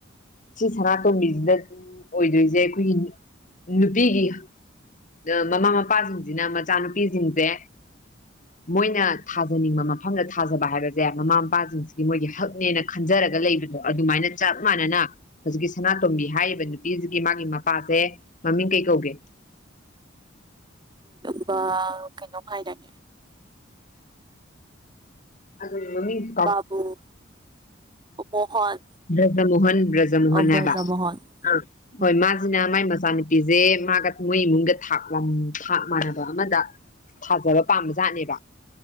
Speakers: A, on the left; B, on the right.
A: ꯁꯤ ꯁꯅꯥꯇꯣꯝꯕꯤꯖꯤꯗꯗꯤ ꯑꯣꯏꯗꯣꯏꯁꯦ ꯑꯩꯈꯣꯏꯒꯤ ꯅꯨꯞ ꯅꯨꯄꯤꯒꯤ ꯗꯥ ꯃꯃꯥ ꯃꯄꯥꯖꯤꯡꯖꯤꯅ ꯃꯆꯥꯅꯨꯄꯤꯖꯤꯡꯖꯦ ꯃꯣꯏꯅ ꯊꯥꯖꯅꯤꯡꯕ ꯃꯐꯝꯗ ꯊꯥꯖꯕ ꯍꯥꯏꯕꯖꯦ ꯃꯃꯥ ꯃꯄꯥꯖꯤꯡꯖꯤꯒꯤ ꯃꯣꯏꯒꯤ ꯍꯛꯅꯦꯅ__ ꯈꯟꯖꯔꯒ ꯂꯩꯕꯗꯣ ꯑꯗꯨꯃꯥꯏꯅ ꯆꯞ ꯃꯥꯟꯅꯅ ꯍꯧꯖꯤꯛꯀꯤ ꯁꯅꯥꯇꯣꯝꯕꯤ ꯍꯥꯏꯔꯤꯕ ꯅꯨꯄꯤꯖꯤꯒꯤ ꯃꯥꯒꯤ ꯃꯄꯥꯁꯦ ꯃꯃꯤꯡ ꯀꯩ ꯀꯧꯒꯦ
B: ꯗꯨꯝꯄꯥ ꯀꯩꯅꯣꯝ ꯍꯥꯏꯗꯥꯏꯅꯦ
A: ꯑꯗꯨꯏ ꯃꯃꯤꯡ
B: ꯕꯥꯕꯨꯨ ꯑꯣ ꯃꯣꯍꯣꯟ
A: ꯕ꯭ꯔꯖꯃꯣꯍꯟ ꯕ꯭ꯔꯖꯃꯣꯍꯟ
B: ꯑꯕ꯭ꯔꯖꯥ
A: ꯍꯥꯏꯕ
B: ꯃꯣꯍꯣꯟ
A: ꯑꯥ
B: ꯎꯝ
A: ꯍꯣꯏ ꯃꯥ__ ꯍꯡꯅ ꯃꯥꯏ ꯃꯆꯥꯅꯨꯄꯤꯖꯦ ꯃꯥꯒ ꯃꯣꯏ ꯏꯃꯨꯡꯒꯥ ꯊꯥꯛ ꯋꯥꯡ ꯊꯥꯛ ꯃꯥꯟꯅꯕ ꯑꯃꯗ ꯊꯥꯖꯕ ꯄꯥꯝꯕ ꯖꯥꯠꯅꯦꯕ